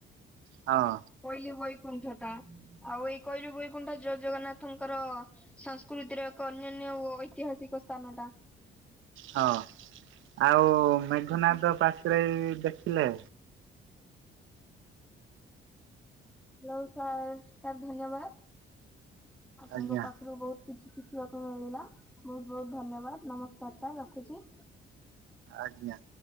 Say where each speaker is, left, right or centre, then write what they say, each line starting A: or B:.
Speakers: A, on the right (about 80°); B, in the centre.
A: ହଁ।
B: କୋଇଲି ବୈକୁଣ୍ଠ ଟା ଆଉ ଏଇ କୋଇଲି ବୈକୁଣ୍ଠ ଜୟ ଜଗନ୍ନାଥ ଥଙ୍କର ସଂସ୍କୃତିର ଏକ ଅନ୍ୟାନ୍ୟ ଓ ଐତିହାସିକ ସ୍ଥାନ ଟା।
A: ହଁ ଆଉ
B: ଆଜ୍ଞା
A: ମେଘନାଦ ପାଚେରି ଦେଖିଲେ?
B: <unintelligible> ସାର୍ ଧନ୍ୟବାଦ। ଆପଣଙ୍କ
A: ଆଜ୍ଞା
B: ପାଖରୁ ବହୁତ୍ କିଛି ଶିଖିବାକୁ ମିଳିଲା, ବହୁତ ବହୁତ ଧନ୍ୟବାଦ ନମସ୍କାର ସାର୍ ରଖୁଛି।
A: ଆଜ୍ଞା।